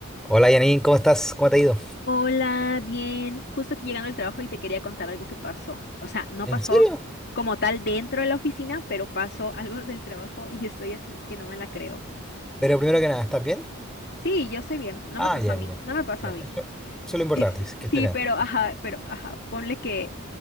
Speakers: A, in the centre; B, on the left.
A: Hola Janine, ¿cómo estás? ¿Cómo te ha ido?
B: Hola, bien. Justo aquí llegando al trabajo y te quería contar algo que pasó. O sea, no
A: ¿En
B: pasó
A: serio?
B: como tal dentro de la oficina, pero pasó algo <laughs> del trabajo y yo estoy así que no me la creo.
A: Pero primero que nada, ¿estás bien?
B: Sí, yo sé bien. No
A: Ah,
B: me pasó
A: ya,
B: a mí.
A: ya.
B: No me pasó
A: Ya,
B: a mí.
A: eso, eso
B: <laughs>
A: es lo importante,
B: Es-
A: es que estés
B: sí,
A: bien.
B: pero ajá, pero ajá. Ponle que